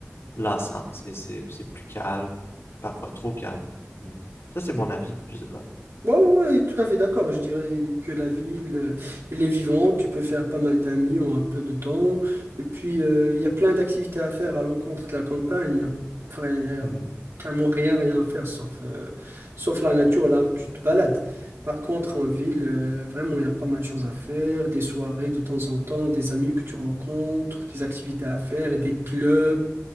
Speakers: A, on the left (about 65°); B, on the right (about 65°).
A: lassant. C'est, c'est, c'est plus calme, parfois trop calme. Mais ça, c'est mon avis, je sais pas.
B: Ouais, ouais, ouais, tout à fait d'accord. Je dirais que la ville, euh, elle est vivante, tu peux faire pas mal d'amis en un peu de temps. Et puis, euh, il y a plein d'activités à faire à l'encontre de la campagne. Il y a, enfin, il y a
A: Mhm,
B: carrément rien, rien à faire, sauf, euh, sauf la nature, là où tu te balades. Par contre, en ville, euh, vraiment, il y a pas mal de choses à faire, des soirées de temps en temps, des amis que tu rencontres, des activités à faire, et des clubs.